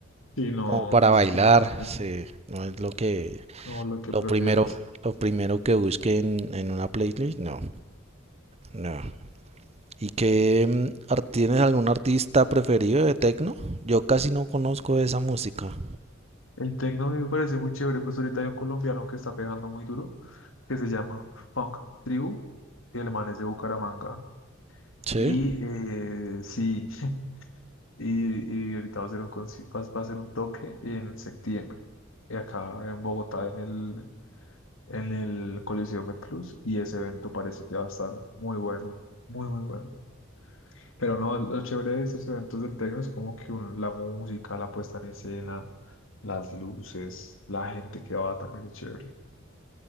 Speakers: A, on the left; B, on the right.
A: Sí, no,
B: como para
A: no
B: bailar,
A: es como lo que,
B: sí, no es lo que,
A: como lo que
B: lo
A: prefieras.
B: primero, lo primero que busque en, en una playlist, no, no. ¿Y qué mm, ar- tienes algún artista preferido de techno? Yo casi no conozco esa música.
A: El tecno a mí me parece muy chévere, pues ahorita hay un colombiano que está pegando muy duro, que se llama Funk Tribu, y el man es de Bucaramanga.
B: Sí,
A: Y eh, sí. <laughs> Y, y ahorita va a ser un, conci- va, va a ser un toque en septiembre, eh, acá en Bogotá, en el, en el Coliseo Plus Y ese evento parece que va a estar muy bueno, muy, muy bueno. Pero no, lo chévere de esos eventos del techno es como que uno- la música, la puesta en escena, las luces, la gente que va también es chévere.